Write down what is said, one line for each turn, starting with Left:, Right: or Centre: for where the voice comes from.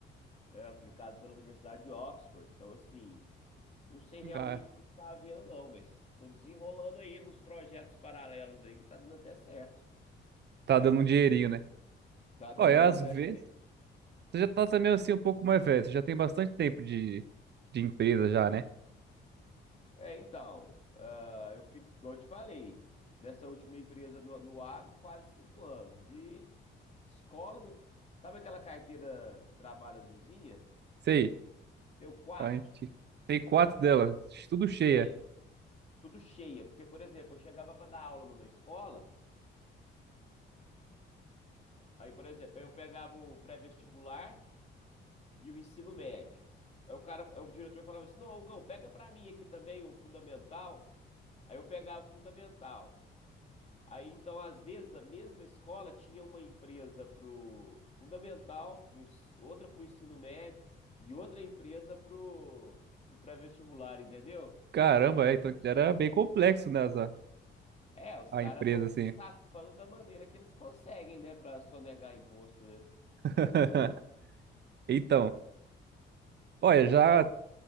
Left: é, aplicado pela Universidade de Oxford. Então, assim, não sei realmente
Right: Ah,
Left: o que que tá havendo, não, mas tô desenrolando aí nos projetos paralelos aí que tá dando até certo.
Right: tá dando um dinheirinho, né?
Left: Tá dando
Right: Olha,
Left: uma
Right: às
Left: graninha.
Right: vezes. Você já tá também assim um pouco mais velho. Você já tem bastante tempo de, de empresa já, né?
Left: É, então, ah, eu fico, igual eu te falei, nessa última empresa no, no agro, quase cinco anos. E escolas, eu- sabe aquela carteira de trabalho azulzinha?
Right: Sei.
Left: Tenho quatro.
Right: A gente tem quatro delas, tudo cheia.
Left: Tenho. Tudo cheia. Porque, por exemplo, eu chegava para dar aula numa escola, aí, por exemplo, eu pegava o pré-vestibular, e o ensino médio. Aí o cara, o diretor falava assim: "Não, Hugão, pega pra mim aqui também o fundamental". Aí eu pegava o fundamental. Aí então, às vezes, a mesma escola tinha uma empresa pro fundamental, pro, ens- outra pro ensino médio e outra empresa pro, pro pré-vestibular, entendeu?
Right: Caramba, é, então era bem complexo, né, essa-
Left: É, os
Right: a
Left: caras
Right: empresa,
Left: vão
Right: assim.
Left: se safando da maneira que eles conseguem, né, pra sonegar imposto, né?
Right: <laughs> Então. Olha, já